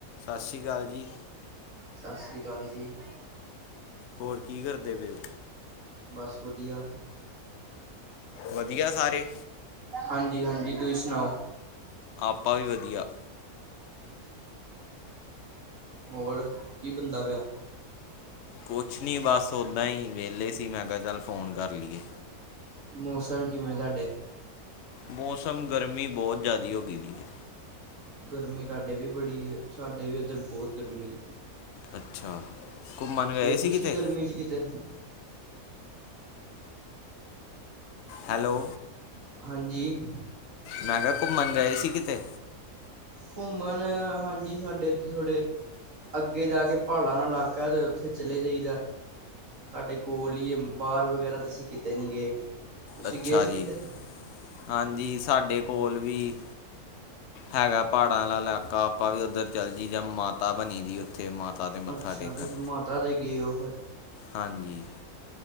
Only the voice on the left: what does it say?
ਸਤ ਸ੍ਰੀ ਅਕਾਲ ਜੀ।
ਹੋਰ ਕੀ ਕਰਦੇ ਪਏ ੳ?
ਵਧੀਆ ਸਾਰੇ
ਆਪਾ ਵੀ ਵਧੀਆ।
ਕੁਛ ਨੀ ਬੱਸ ਓਦਾਂ ਈ ਵੇਲੇ ਸੀ ਮੈਂ ਕਿਆ ਚੱਲ ਫ਼ੋਨ ਕਰ ਲਈ ਏ।
ਮੌਸਮ ਗਰਮੀ ਬਹੋਤ ਜੈਦੀ ਹੋ ਗੀ ਦੀ ਏ।
ਅੱਛਾ ਘੁੰਮਨ ਗਏ ਸੀ
ਕਿਤੇ
ਹੈਲੋ
ਮੈਂ ਕਿਹਾ ਘੁੰਮਨ ਗਏ ਸੀ ਕਿਤੇ
ਅੱਛਾ
ਜੀ
ਹਾਂਜੀ ਸਾਡੇ ਕੋਲ ਵੀ ਹੈਗਾ ਪਹਾੜਾਂ ਆਲਾ ਇਲਾਕਾ ਆਪਾਂ ਵੀ ਉੱਧਰ ਚੱਲੇ ਜਾਈ ਦਾ ਮਾਤਾ ਬਣੀ ਦੀ ਉੱਥੇ ਮਾਤਾ ਦੇ ਮੱਥਾ
ਟੇਕਣ
ਹਾਂਜੀ